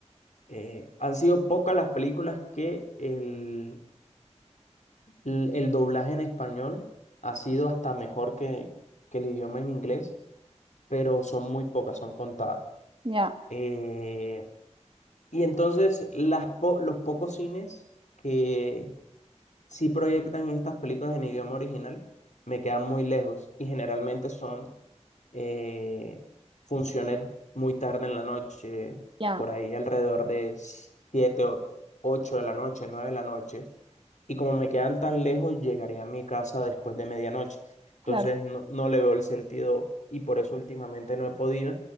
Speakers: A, on the left; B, on the right.
A: Eh, han sido pocas las películas que el l- El doblaje en español ha sido hasta mejor que, que el idioma en inglés, pero son muy pocas, son contadas.
B: Ya,
A: Eh, y entonces las po- los pocos cines que, si proyectan estas películas en idioma original, me quedan muy lejos y generalmente son eh, funciones muy tarde en la noche,
B: ya,
A: por ahí alrededor de siete o ocho de la noche, 9 de la noche. Y como me quedan tan lejos, llegaría a mi casa después de medianoche. Entonces
B: claro,
A: no, no le veo el sentido y por eso últimamente no he podido.